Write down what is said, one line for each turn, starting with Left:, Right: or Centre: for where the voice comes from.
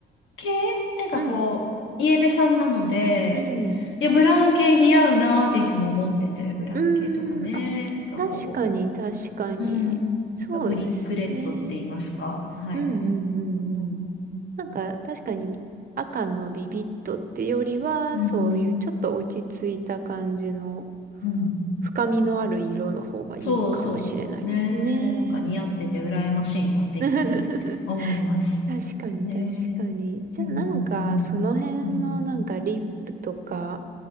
Left: 系なんかこう、
Right: うん。
Left: イエベさんなので、
Right: うん。
Left: いや、ブラウン系似合うなーっていつも思ってて、ブラウン系とかね。
Right: うーん、あ、
Left: なんかこ
Right: 確かに、確かに。
Left: う、うん。
Right: そうですね。
Left: ブリックレッドって言いますかはい。
Right: うんうんうんうん。
Left: うん。
Right: なんか、確かに、赤のビビットってよりは、
Left: うん。
Right: そういうちょっと落ち着いた感じの、
Left: うん。うん
Right: 深みのある色の方がいいかもしれないですね。
Left: そうそう。ねえ。なんか似合ってて羨ましいなっていつも思います。
Right: <laughs> 確かに、
Left: ね
Right: 確かに。じゃあ、
Left: え。うん。
Right: なんか、
Left: うん。
Right: その辺の、
Left: うん。うん
Right: なんか、リップとか、